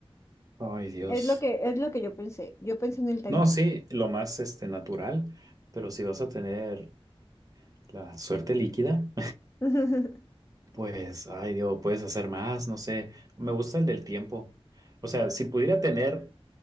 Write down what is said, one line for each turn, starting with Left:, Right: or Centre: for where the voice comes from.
Right: Ay, Dios.
Left: Es lo que, es lo que yo pensé. Yo pensé en el Time
Right: No,
Left: Turner.
Right: sí, lo más este, natural, pero si vas a tener la suerte líquida.
Left: <laughs>
Right: Pues, ay Dios, puedes hacer más, no sé. Me gusta el del tiempo. O sea, si pudiera tener